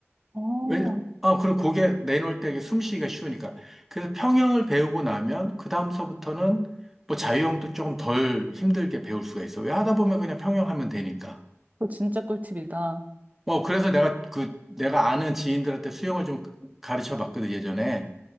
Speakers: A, on the right (about 35°); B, in the centre.
A: 어, 어,
B: 왜? 아, 그리고 고개 내놓을 때 이게 숨쉬기가 쉬우니까. 그래서 평형을 배우고 나면 그 다음서부터는 뭐 자유형도 조금 덜 힘들게 배울 수가 있어. 왜 하다 보면 그냥 평형하면 되니까.
A: 그거 진짜 꿀팁이다. 어,
B: 어, 그래서 내가 그, 내가 아는 지인들한테 수영을 좀 가르쳐 봤거든, 예전에.